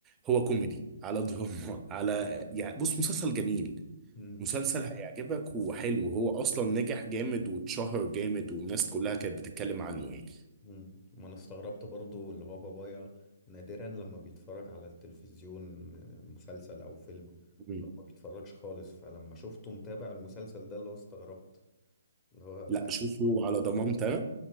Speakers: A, on the right; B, on the left.
A: هو كوميدي على دراما على يعني بص مسلسل جميل
B: مم.
A: مسلسل هيعجبك وحلو هو أصلا نجح جامد واتشهر جامد والناس كلها كانت بتتكلم عنه يعني
B: مم. ما انا استغربت برضو اللي هو بابايا نادرا لما بيتفرج على التلفزيون آه، مسلسل او فيلم
A: مم.
B: لو ما بيتفرجش خالص فلما شفته متابع المسلسل ده اللي هو استغربت اللي هو
A: لا
B: فاكر
A: شوفه
B: هو مسلسل
A: على ضمانتي
B: حلو
A: أنا